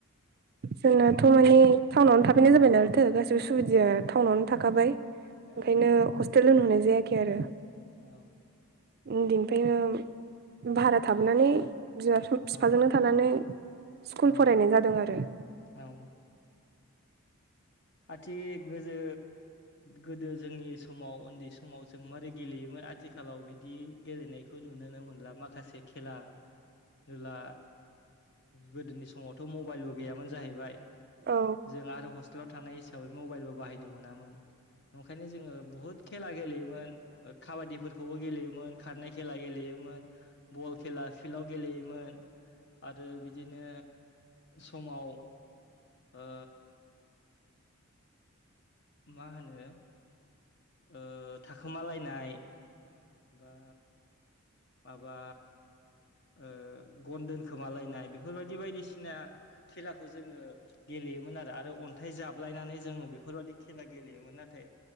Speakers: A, on the right (about 45°); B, on the left (about 50°).
A: जोंनाथ' माने टाउनावनो थाफैनाय जाबाय आरोथ' गासिबो सुबिदाया टाउनावनो थाखाबाय। ओंखायनो
B: औ
A: हस्टेल होन दोनहरनाय जायाखै आरो।
B: औ।
A: उन्दैनिफ्रायनो भारा थाब बोनानै बिफाजोंनो
B: औ
A: थानानै स्कुल
B: औ
A: फरायनाय जादों आरो।
B: औ। आथि गोजो गोदो जोंनि समाव उन्दै समाव जों मारै गेलेयोमोन। आथिखालाव बिदि गेलेनाय खौ नुनो मोनला माखासे खेला दुहला गोदोनि स समावथ' मबाइलबो गैयामोन जाहैबाय
A: औ
B: जों आरो हस्टेलाव थानाय हिसाबै मबाइलबो बाहायनो मोनामोन। ओंखायनो जोङो बुहुत खेला गेलेयोमोन ओ खाबादिफोरखौबो गेलेयोमोन खारनाय खेला गेलेयोमोन। बल खेला फिल्डआव गेलेयोमोन। आरो बिदिनो समाव ओ मा होनो ओ थाखोमालायनाय। बा माबा। ओ गन दोनखोमालायनाय बेफोरबायदि बायदिसिना खेलाखौ जोङो गेले। गेलेयोन आरो आरो अन्थाइ जाबलायनानै जोङो बेफोरबादि खेला गेलेयोमोन नाथाय